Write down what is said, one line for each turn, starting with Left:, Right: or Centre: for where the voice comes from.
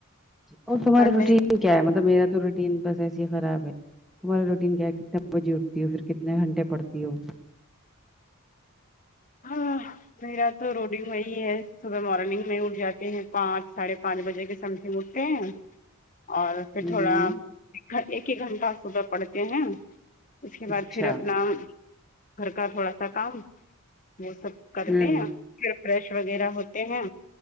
Centre: اور تمہارا
Left: پڑھنے
Centre: روٹین کیا ہے مطلب میرا تو روٹین بس ایسے ہی خراب ہے تمہاری روٹین کیا کتنے بجے اٹھتی ہو پھر کتنے گنٹے پر تی ہو
Left: ہاں میرا تا روٹین وہی ہے صبح مورننگ میں اٹھ جاتے ہے پانچ ساڑے پانچ بجے کے سمے پھر اٹھ تے ہے اور پھر
Centre: ہوں
Left: تھوڑا ایک ایک گھنٹہ صبح پڑتے ہیں اس کے
Centre: اچھا
Left: بعد پھر اپنا گھر کا تھوڑا سا کام وہ سب
Centre: ہوں
Left: کرتے ہیں پھر فریش وغیرہ ہوتے ہیں